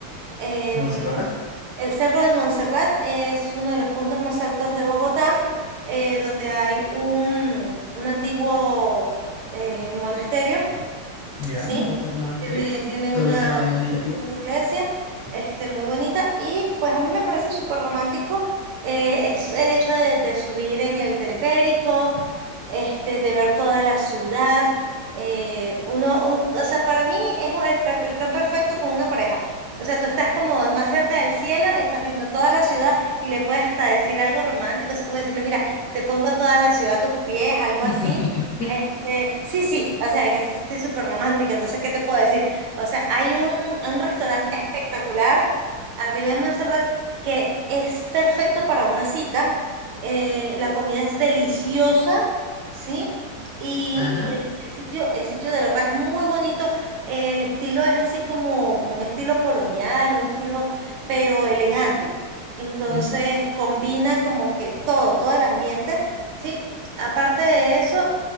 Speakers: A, on the right; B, on the left.
A: em,
B: Montserrat,
A: el Cerro de Montserrat es uno de los puntos más altos de Bogotá, eh, donde hay un, un antiguo eh, monasterio,
B: ya,
A: ¿sí?
B: me gusta los monasterios,
A: Tiene, tiene
B: todo
A: una,
B: lo que sea medio meditativo.
A: tiene una iglesia este, muy bonita y pues a mí me parece súper romántico eh, es el hecho de, de subir en el teleférico, este, de ver toda la ciudad. eh, uno, un- o sea, para mí es el, per- el plan perfecto con una pareja. O sea, tú estás como más cerca del cielo, estás viendo toda la ciudad y le puedes hasta decir algo romántico, así como decirle, mira, te pongo toda la ciudad a tus pies, algo
B: <laughs>
A: así. Este, sí, sí, o sea, en eso sí estoy súper romántica, entonces, ¿qué te puedo decir? O sea, hay un, un restaurante espectacular arriba en Montserrat que es perfecto para una cita. eh, la comida es deliciosa ¿sí? Y,
B: Ajá,
A: y el, y el sitio, el sitio de verdad es muy bonito. El estilo es así como, como un estilo colonial, un estilo, pero elegante. Entonces
B: ujú,
A: combina como que todo, todo el ambiente, ¿sí? Aparte de eso,